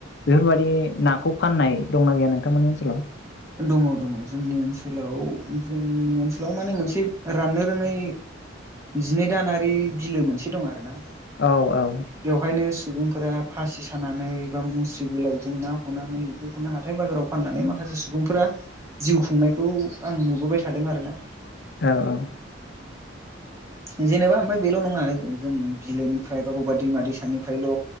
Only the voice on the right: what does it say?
दङ दङ जोंनि ओनसोलाव जोंनि ओनसोलाव माने मोनसे राननो रोङै। जिनै दानारि बिलो मोनसे दं आरो ना।
बेवहायनो सुबुंफोरा फासि सानानै बा मुस्रि गोलावजों ना हनानै बेफोरखौनो हाथाय बाजाराव फाननानै माखासे सुबुंफोरा जिउ खुंनायखौ आं नुबोबाय थादों आरो ना।
<inaudible> जेनेबा ओमफ्राय बेल' नङा जों बिलोनिफ्राय बा बबेबा दैमा दैसानिफ्रायल'